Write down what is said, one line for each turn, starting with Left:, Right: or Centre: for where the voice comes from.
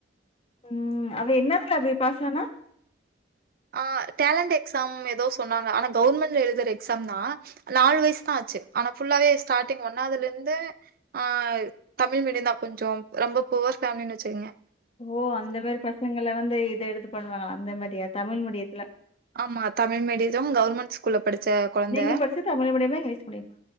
Left: உம் அவ என்னதுல அப்டி பாஸ் ஆனா
Right: ஆஹ் டேலண்ட் எக்ஸாம் ஏதோ சொன்னாங்க ஆனா கவர்மெண்ட்ல எழுதுற எக்ஸாம் தா நாலு வயசு தா ஆச்சு ஆனா ஃபுல்லாவே ஸ்டார்டிங் ஒன்னாதுல இருந்து ஆஹ் தமிழ் மீடியந்தா கொஞ்ச ரொம்ப புவர் ஃபேமிலின்னு வச்சுக்குங்க
Left: ஓ அந்த மாரி பசங்கள வந்து இத எடுத்து பண்ணுவாங்க அந்த மாரியா தமிழ் மீடிய
Right: ஆமா தமிழ் மீடியம் கவர்மெண்ட் ஸ்கூல்ல படிச்ச கொழந்த
Left: நீங்க படிச்சது தமிழ் மீடியமா? இங்கிலீஷ் மீடியமா?